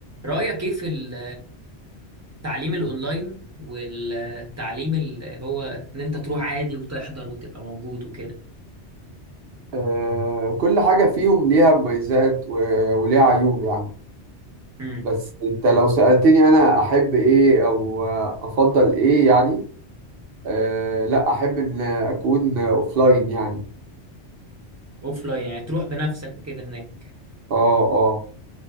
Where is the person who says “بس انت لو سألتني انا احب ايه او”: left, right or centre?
Right